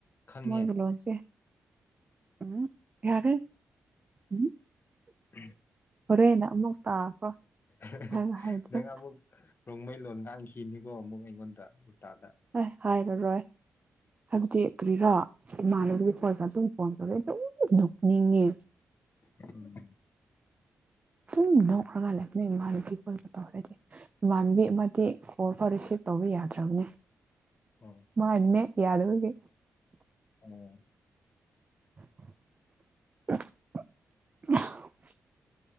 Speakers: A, on the left; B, on the right.
A: ꯈꯪꯉꯦ
B: ꯃꯣꯏꯒꯤ ꯂꯣꯟꯁꯦ ꯎꯝ ꯌꯥꯔꯦ ꯎꯝ
A: ꯎ
B: ꯍꯣꯔꯦꯟꯅ ꯑꯃꯨꯛ ꯇꯥꯈ꯭ꯔꯣ
A: ꯍ
B: ꯍꯥꯏꯕ ꯍꯩꯇ꯭ꯔꯦ
A: ꯅꯉ ꯑꯃꯨꯛ ꯔꯣꯡꯃꯩ ꯂꯣꯟ ꯉꯥꯡꯈꯤꯅꯤꯀꯣ ꯑꯃꯨꯛ ꯑꯩꯉꯣꯟꯗ ꯎꯜꯇꯥꯗ
B: ꯑꯦ ꯍꯥꯏꯔꯔꯣꯏ ꯍꯥꯏꯕꯗꯤ ꯀ꯭ꯔꯤꯔꯥ ꯏꯃꯥꯟꯅꯕꯤ ꯐꯣꯟꯁ ꯑꯗꯨꯝ ꯐꯣꯟ ꯇꯧꯔꯦ ꯑꯗꯨꯝ ꯨꯅꯣꯛꯅꯤꯡꯉꯦ
A: ꯎꯝ
B: ꯨꯍꯪ ꯅꯣꯛꯔꯒ ꯍꯜꯂꯛꯀꯅꯤ ꯃꯦ ꯃꯥꯥꯟ ꯈꯩ ꯑꯈꯣꯢꯑꯣꯢꯅ ꯇꯧꯔꯗꯤ ꯏꯃꯥꯟꯕꯤ ꯑꯃꯗꯤ ꯀꯣꯜ ꯐꯥꯎ ꯔꯤꯁꯤꯞ ꯇꯧꯕ ꯌꯥꯗ꯭ꯔꯕꯅꯦ
A: ꯑꯣ
B: ꯃꯥꯢ ꯅꯦꯠ ꯌꯥꯗꯕꯒꯤ
A: ꯑꯣ
B: <unintelligible>